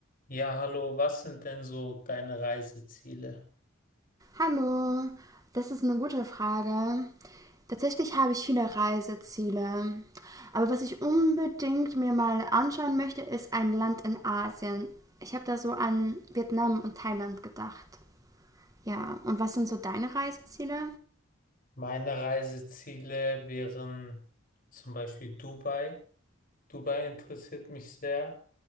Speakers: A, on the left; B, on the right.
A: Ja, hallo, was sind denn so deine Reiseziele?
B: Hallo, das ist eine gute Frage. Tatsächlich habe ich viele Reiseziele. Aber was ich unbedingt mir mal anschauen möchte, ist ein Land in Asien. Ich habe da so an Vietnam und Thailand gedacht. Ja, und was sind so deine Reiseziele?
A: Meine Reiseziele wären zum Beispiel Dubai. Dubai interessiert mich sehr,